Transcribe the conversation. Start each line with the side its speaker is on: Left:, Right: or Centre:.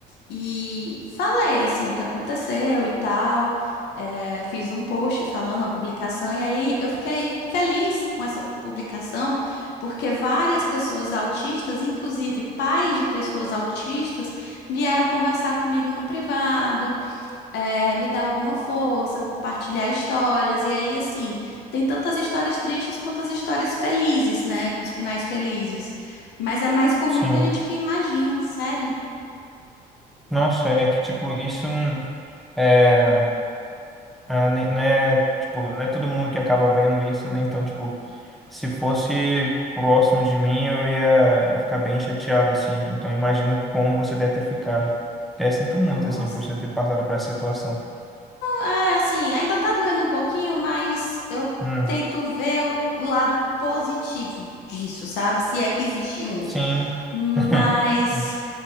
Left: E falei, assim, o que aconteceu e tal. É, fiz um post falando a publicação, e aí eu fiquei feliz com essa publicação, porque várias pessoas autistas, inclusive pais de pessoas autistas, vieram conversar comigo no privado, é, me dar alguma força, compartilhar histórias. E aí, assim, tem tantas histórias tristes quanto as histórias felizes, né? Com os finais felizes. Mas é mais comum
Centre: Sim.
Left: do que a gente imagina, sério.
Centre: Nossa, é que, tipo, isso hum, é, é, ne- não é, tipo, não é todo mundo que acaba vendo isso, né? Então, tipo, se fosse próximo de mim, eu ia, ia ficar bem chateado, assim. Então, eu imagino como você deve ter ficado. Até sinto muito,
Left: nossa
Centre: assim, por você ter passado por essa situação.
Left: É, assim, ainda tá doendo um pouquinho, mas eu
Centre: Hum,
Left: tento ver o lado positivo disso, sabe? Se é que existe um.
Centre: sim.
Left: Mas,
Centre: <laughs>